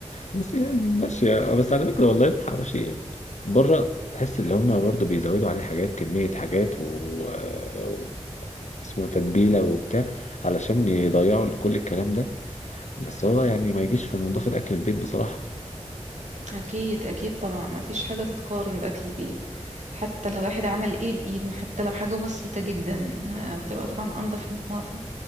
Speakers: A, on the left; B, on the right.
A: بس يعني ماشيه آه، بس على فكره والله الحواوشي بره تحس ان هما برضو بيزودوا عليه حاجات كميه حاجات و... آه، و... اسمه تتبيله وبتاع علشان يضيعوا كل الكلام ده بس هو يعني ما يجيش في نظافة أكل البيت بصراحة
B: أكيد أكيد طبعا مفيش حاجة تتقارن بأكل البيت حتى لو الواحد عمل إيه بإيده حتى لو حاجة بسيطة جدا آه، بتبقى طبعا أنضف 100 مرة